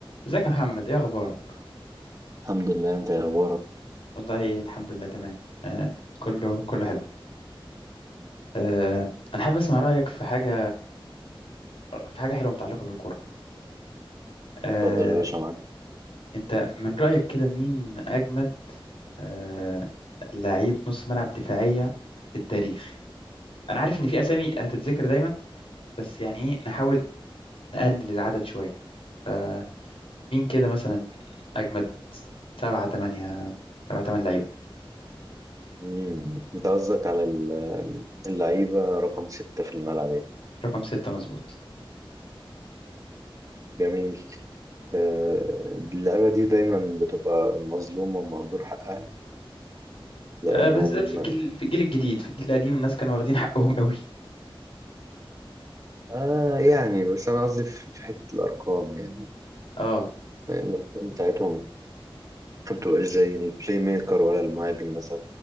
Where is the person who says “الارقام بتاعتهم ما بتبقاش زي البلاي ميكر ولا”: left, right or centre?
Right